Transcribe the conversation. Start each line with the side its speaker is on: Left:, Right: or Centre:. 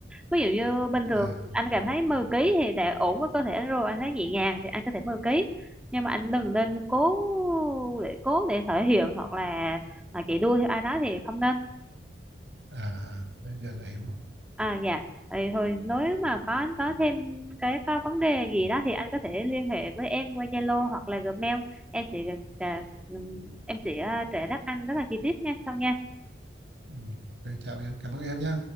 Centre: ví dụ như bình
Right: à
Centre: thường anh cảm thấy 10 ký thì đã ổn với cơ thể anh rồi anh thấy nhẹ nhàng thì anh có thể 10 ký nhưng mà anh đừng nên cố để cố để thể hiện hoặc là à, chạy đua theo ai đó thì không nên
Right: à bây giờ đã hiểu rồi
Centre: À dạ, Vậy thôi nếu mà có anh có thêm cái có vấn đề gì đó thì anh có thể liên hệ với em qua Zalo hoặc là Gmail. Em sẽ à, ừm, em sẽ à, trả đáp anh rất là chi tiết nha sau nha.
Right: ừ. Ok, chào em cảm ơn em nhé